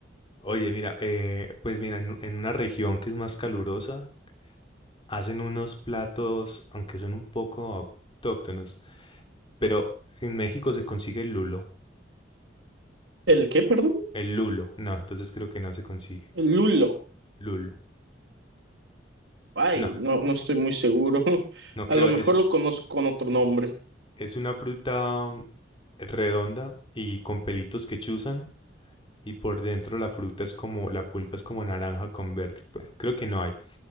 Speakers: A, on the left; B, on the right.
A: Oye, mira, eh, pues mira, en, en una región que es más calurosa, hacen unos platos, aunque son un poco autóctonos, pero en México se consigue el lulo.
B: ¿El qué, perdón?
A: El lulo. No, entonces creo que no se consigue.
B: El lulo.
A: Lulo.
B: Ay,
A: No,
B: no, no estoy muy seguro. <laughs>
A: no
B: A
A: creo.
B: lo mejor
A: Es,
B: lo conozco con otro nombre.
A: es una fruta mm, redonda y con pelitos que chuzan. Y por dentro la fruta es como, la pulpa es como naranja con verde. Bueno, creo que no hay.